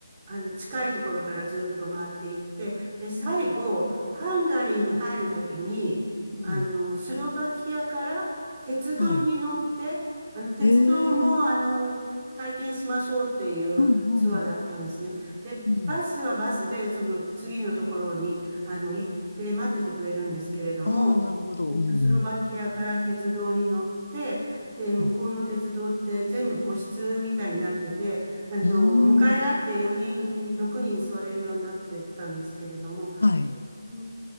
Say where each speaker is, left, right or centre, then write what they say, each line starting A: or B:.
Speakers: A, on the right; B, on the left.
A: あ、あの、近いところからずっと回っていって、で、最後、ハンガリーに入るときに、
B: ん。
A: あの、スロバキアから鉄道に乗って、
B: はい。
A: あの、鉄道も、
B: ええ
A: あの、体験しましょうっていうツアーだったんですね。
B: うんうん。
A: で、
B: うん。
A: バスはバスで、その次のところに、あの、行って待っててくれるんですけれども、
B: ああ、なるほど。
A: えっと、
B: うん。
A: スロバキアから鉄道に乗って、で、向こうの鉄道って全部個室みたいになってて、
B: うん。
A: あの、
B: うーん。
A: 向かい合って4人、6人座れるようになってたんですけれども、
B: はい。
A: そう思っ